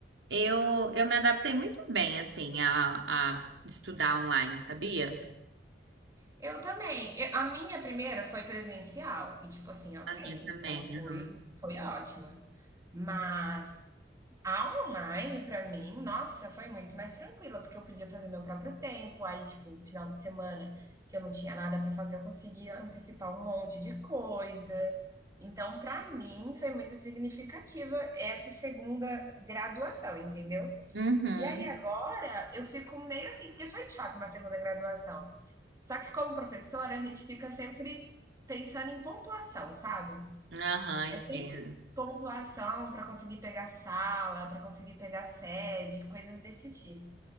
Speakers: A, on the right (about 80°); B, on the right (about 20°).
A: eu, eu me adaptei muito bem, assim, a, a estudar online, sabia?
B: Eu também. Eu- a minha primeira foi presencial e tipo assim, ok,
A: A minha também,
B: ela foi,
A: aham.
B: foi ótima. Mas A online, pra mim, nossa, foi muito mais tranquila, porque eu podia fazer meu próprio tempo. Aí, tipo, final de semana que eu não tinha nada pra fazer, eu conseguia antecipar um monte de coisa. Então, pra mim, foi muito significativa essa segunda graduação, entendeu?
A: Uhum.
B: E aí agora eu fico meio assim, porque foi de fato uma segunda graduação. Só que como professora, a gente fica sempre pensando em pontuação, sabe?
A: Aham,
B: É
A: entendo.
B: sempre pontuação para conseguir pegar sala, para conseguir pegar sede, coisas desse tipo.